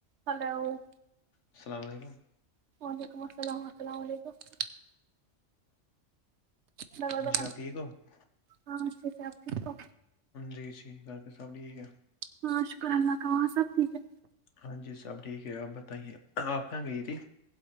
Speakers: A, on the right (about 65°); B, on the left (about 70°).
A: hello <inaudible>
B: السلام علیکم <unintelligible>
A: <unintelligible> دا دو
B: جی آپ ٹھیک ہو
A: ہاں آپ تو
B: جی ٹییک ہے پھر سب ٹھیک ہے <unintelligible>
A: ہاں شکر اللہ کا وہاں سب ٹھیک ہے
B: ہاں جی سب ٹھیک ہے آپ بتائیے آپ کہاں گئی تھی